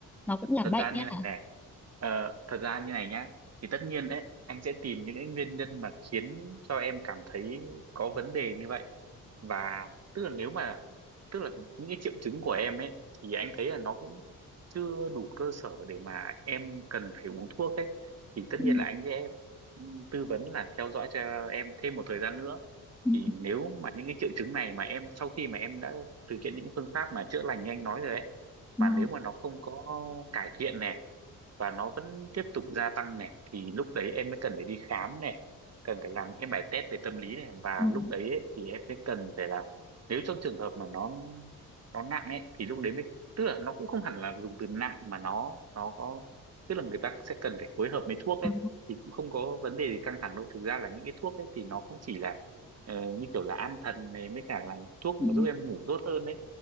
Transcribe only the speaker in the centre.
nó cũng là
bệnh
ấy
hả
Ừ.
Ừ,
Ngon,
ngon,
ờ,
ừ,